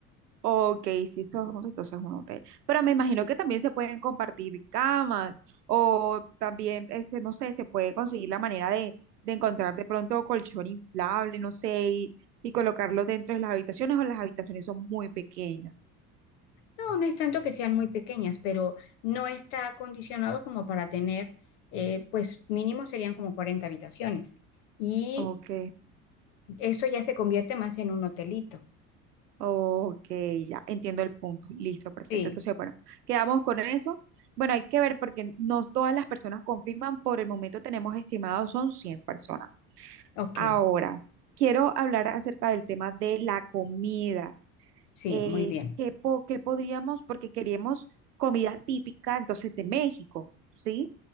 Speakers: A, on the right; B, on the left.
A: Ok, sí, todos juntos, entonces es un hotel. Pero me imagino
B: Sí.
A: que también se pueden compartir camas o también, este, no sé, se puede conseguir la manera de, de encontrar de pronto colchón inflable, no sé, y, y colocarlo dentro de las habitaciones o las habitaciones son muy pequeñas.
B: No, no es tanto que sean muy pequeñas, pero no está acondicionado como para tener, eh, pues mínimo serían como 40 habitaciones. Y
A: Ok.
B: esto ya se convierte más en un hotelito.
A: Ok, ya entiendo el punto. Listo, perfecto.
B: Sí.
A: Entonces, bueno, quedamos con eso. Bueno, hay que ver porque no todas las personas confirman. Por el momento tenemos estimados son 100 personas.
B: Ok,
A: Ahora, quiero hablar acerca del tema de la comida.
B: sí,
A: Eh,
B: muy bien.
A: ¿qué, po- qué podríamos? Porque queremos comida típica, entonces, de México, ¿sí?